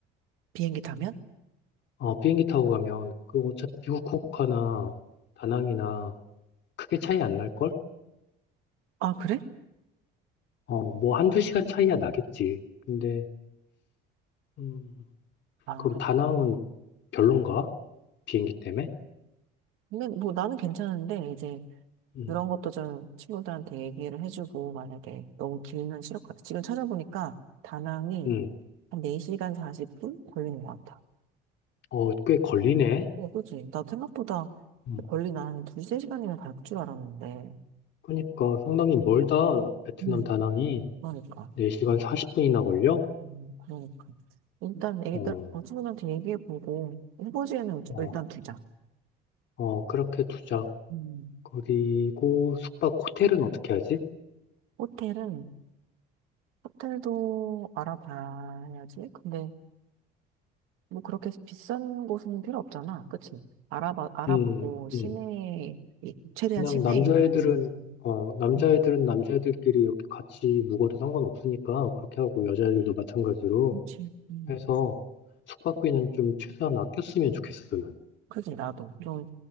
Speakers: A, on the right; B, on the left.
A: 비행기 타면?
B: 어, 비행기 타고 가면 그 어차피 후쿠오카나 다낭이나 크게 차이 안 날걸?
A: 아, 그래?
B: 어, 뭐 한두 시간 차이야 나겠지. 근데 음,
A: 아,
B: 그럼 다낭은 별론가? 비행기 때문에?
A: 근데 뭐 나는 괜찮은데, 이제
B: 음,
A: 그런 것도 좀 친구들한테 얘기를 해주고, 만약에 너무 길면 싫을 것 같아. 지금 찾아보니까 다낭이
B: 음,
A: 한 4시간 40분 걸리는 것 같아.
B: 어, 꽤 걸리네.
A: 어, 그지. 나 생각보다
B: 음,
A: 걸리나 한 두세 시간이면 갈 줄 알았는데.
B: 그러니까 상당히 멀다. 베트남
A: 음.
B: 다낭이
A: 그러니까.
B: 4시간 40분이나 걸려?
A: 음, 그러니까. 일단 애기들,
B: 어,
A: 어, 친구들한테 얘기해보고, 후보지에는 일단
B: 어,
A: 일단 두자.
B: 어, 그렇게 두자.
A: 음.
B: 그리고 숙박 호텔은 어떻게 하지?
A: 호텔은, 호텔도 알아봐야지. 근데 뭐 그렇게 비싼 곳은 필요 없잖아. 그치? 알아봐, 알아보고,
B: 음,
A: 시내에,
B: 음.
A: 이- 최대한
B: 그냥
A: 시내에
B: 남자애들은,
A: 있는, 거.
B: 어, 남자애들은
A: 음.
B: 남자애들끼리 이렇게 같이 묵어도 상관없으니까 그렇게 하고 여자애들도 마찬가지로
A: 그렇지. 음.
B: 해서 숙박비는 좀 최소한 아꼈으면 좋겠어, 난.
A: 그지, 나도. 좀